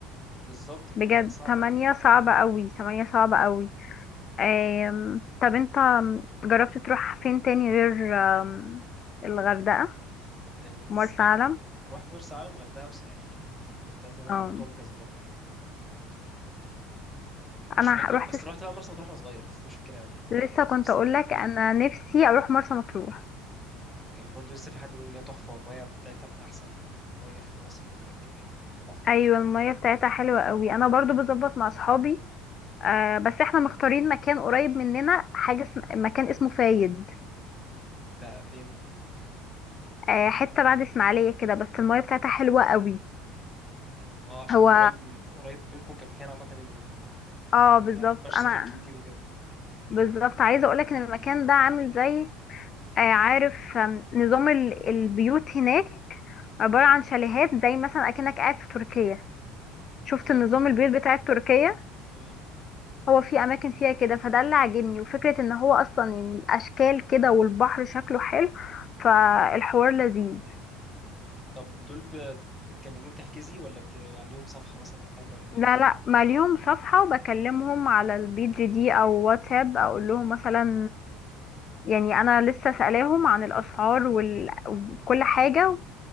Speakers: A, in the centre; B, on the left.
A: بالظبط فلا
B: بجد
A: صعب
B: تمانية
A: أوي
B: صعبة قوي تمانية صعبة قوي أم... طب انت جربت تروح فين تاني غير أم... الغردقة
A: الس...
B: مرسى
A: آه.
B: علم
A: رحت مرسى علم غردقة وساحل دول التلاتة اللي
B: أم...
A: أنا رحتهم كذا مرة يعني مش
B: انا
A: فاكر
B: ح- روحت
A: بس رحت بقى مرسى مطروح وأنا صغير بس دي مش فاكرها أوي
B: لسه
A: يعني كنت
B: كنت
A: لسه
B: اقول لك
A: بيبي
B: انا نفسي اروح مرسى مطروح
A: كان برضو لسه في حد بيقول إن هي تحفة والمية بتاعتها من أحسن مية في مصر وحاجات كده يعني كبحر
B: ايوه
A: وبتاع
B: المية بتاعتها حلوة قوي انا برضو بظبط مع صحابي أه بس احنا مختارين مكان قريب مننا حاجة اسم... مكان اسمه فايد
A: ده فين؟
B: أه حتة بعد اسماعيلية كده بس المية بتاعتها حلوة قوي
A: اه عشان
B: هو
A: يبقى قريب من قريب منكم كمكان عامة يعني ك-
B: اه بالظبط
A: مبقاش
B: انا
A: سفر كتير وكده
B: بالظبط عايزه اقولك ان المكان ده عامل زي آه، عارف آم، نظام ال- البيوت هناك عباره عن شاليهات زي مثلا اكنك قاعد في تركيا شفت
A: بجد
B: النظام البيوت
A: والله
B: بتاع تركيا
A: مم.
B: هو في اماكن فيها كده فده اللي عاجبني وفكره ان هو اصلا يعني الاشكال كده والبحر شكله حلو فالحوار لذيذ
A: طب دول ب... بتكلميهم تحجزي ولا بت... عليهم صفحة مثلا أو حاجة ولا إيه؟
B: لا لا ماليهم صفحه وبكلمهم على البيج دي او واتساب اقول لهم مثلا يعني انا لسه سألاهم عن الاسعار وال- وكل حاجة